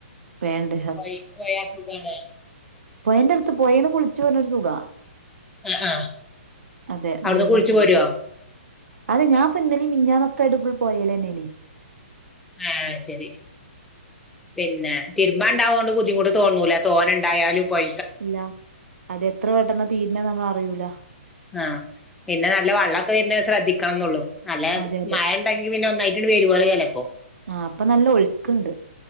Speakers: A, on the right (about 85°); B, in the centre.
A: വേണ്ട്
B: പൊഴേക്ക് പോയാ സുഖാണ്
A: പൊഴെണ്ടട്ത്ത് പൊഴേന്ന് കുളിച്ച് വര്ണ്ണൊരു സുഖാ
B: ആ ആ
A: അതെ
B: അവിടുന്ന്
A: നല്ല
B: കുളിച്ചു
A: സുഖത്ത്
B: പോരുവോ
A: അതെ ഞാൻപ്പോ ഇന്നലിം മിനിഞ്ഞാന്നൊക്കെ ആയിട്ട് ഫുൾ പൊഴേലെന്നേനെ
B: ഏഹ് അയ് സെരി പിന്നെ തിരുമ്പാണ്ടാവോണ്ട് ബുദ്ധിമുട്ട് തോന്നൂല തോനെണ്ടായാലും പൊഴ
A: ഇല്ല അതെത്ര പെട്ടെന്ന തീരണേന്ന് നമ്മളറിയൂല
B: ആഹ് പിന്നെ നല്ല വെള്ളൊക്കെ വര്ണത് ശ്രദ്ധിക്കണംന്നൊള്ളു നല്ല
A: അതെ അതെ
B: മഴ ഇണ്ടെങ്കി പിന്നെ ഒന്നായിട്ട്ട് വരുവോലെ ചെലെപ്പോ
A: ആഹ് ഇപ്പൊ നല്ല ഒഴുക്ക്ണ്ട്